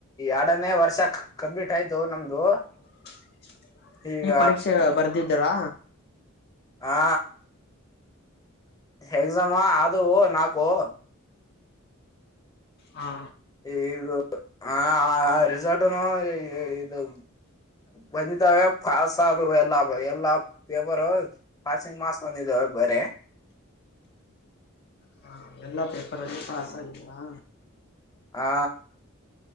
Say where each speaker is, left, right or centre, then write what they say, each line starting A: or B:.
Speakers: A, on the left (about 15°); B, on the left (about 50°).
A: ಎರಡನೇ ವರ್ಷ ಕಂಪ್ಲೀಟ್ ಆಯ್ತು ನಮ್ದು <unintelligible>
B: <inaudible>
A: ಈಗ
B: ನೀ ಪರೀಕ್ಷೆ ಬರ್ದಿದ್ದೀರಾ
A: ಹಾ ಎಕ್ಸಾಮಾ ಅದು ನಾಕು
B: ಹಾ
A: ಈಗ ಆ ಆ ರೆಸಾರ್ಟನು ಇದು ಬಂದಿದ್ದಾವ ಫಾಸ್ ಅದು ಎಲ್ಲ ಎಲ್ಲ ಪೇಪರ್ ಫಾಸಿಂಗ್ ಮಾಸ್ ಬಂದಿದಾವ ಹ ಬರ
B: ಹ ಎಲ್ಲ ಪೇಪರ ಅಲ್ಲಿ ಪಾಸ್ ಆಗಿದ್ರಾ
A: ಹಾ